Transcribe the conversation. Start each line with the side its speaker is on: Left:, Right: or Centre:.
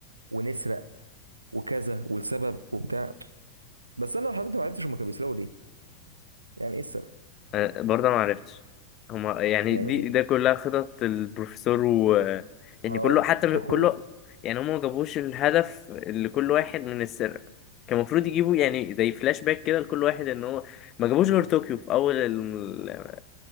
Right: ونسرق وكذا والسبب وبتاع بس انا لحد دلوقتي ما عرفتش هما كانوا بيسرقوا ليه يعني ايه السبب
Left: آه، برضه ما عرفتش هما يعني
Right: يعني
Left: دي ده كلها خطط البروفيسور و يعني
Right: اه
Left: كله حتى
Right: واخوه
Left: كله يعني هما ما جابوش الهدف اللي كل واحد من السرقة كان المفروض يجيبوا يعني زي فلاش باك كده لكل واحد ان هو ما جابوش غير طوكيو في اول الم-